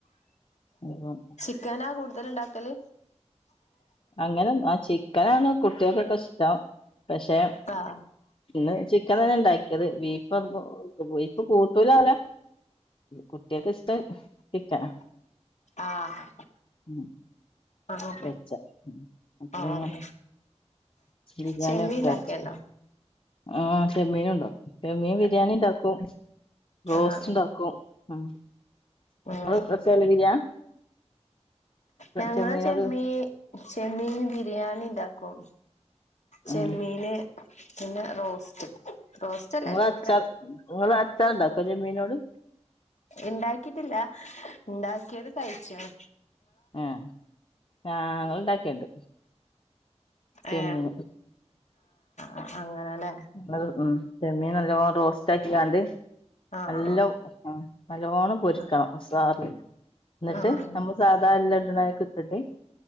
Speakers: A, on the left; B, on the left.
A: ഉം
B: ക്കന കൂട്തല്ണ്ടാക്കല്
A: അങ്ങനെ ചിക്കനാണ് കുട്ട്യേക്കൊക്കെ ഇഷ്ടം പക്ഷെ
B: പ്പാ
A: ഇന്ന് ചിക്കൻ തന്നെണ്ടാക്കിയത് ബീഫ് പ്പൊ ബിഫ് കൂട്ടൂലാലെ കുട്ട്യേക് ഇഷ്ടഹ് ചിക്കന
B: ആഹ്
A: ഉം
B: ആഹ്
A: വെച്ച ഉം അപ്പപിന്നെ
B: ആഹ്
A: ചിക്കൻബിരിയാണി
B: ചെമ്മീൻ
A: വെക്കാര്ച്ച്
B: ഇണ്ടാക്കേണ്ടോ
A: ആഹ് ചെമ്മീനൂണ്ട് ചെമ്മീൻ ബിരിയാണിണ്ടാക്കും റോസ്റ്റ്ണ്ടാ
B: ആഹ്
A: ക്കും ഉം ഇങ്ങൾ
B: ആഹ്
A: വെക്കളിലെ ബിരിയാ
B: ഞങ്ങള്
A: ചെമ്മീനോട്
B: ചെമ്മീ ചെമ്മീന് ബിരിയാണി ഇണ്ടാക്കും ചെമ്മീന്
A: ഉം
B: പിന്നെ റോസ്റ്റ് റോസ്റ്റല്ല
A: ഇങ്ങളച്ചാ
B: അല്ലെങ്കി ഫ്രൈ
A: ഇങ്ങള് അച്ചാർണ്ടാക്കോ ചെമ്മീനോണ്ട്
B: ഇണ്ടാക്കിട്ടില്ല ഇണ്ടാക്കിയത് കഴിച്ചീണ്
A: ആഹ് നങ്ങളുണ്ടാകളുണ്ട് ചെമ്മീൻ
B: ഏ ആഹ് അങ്ങനല്ലേ
A: മ് ചെമ്മീൻ നല്ലോണം റോസ്റ്റ് ആക്കികാണ്ട്
B: ആഹ്
A: നല്ല നല്ലോണ്ണം പൊരിക്കണം
B: ആഹ്
A: സാറി എന്നിട്ട്
B: ആഹ്
A: നമ്മളെ സാധാ എല്ലാ അതിൽ ഇടുന്ന ഇട്ടിട്ട്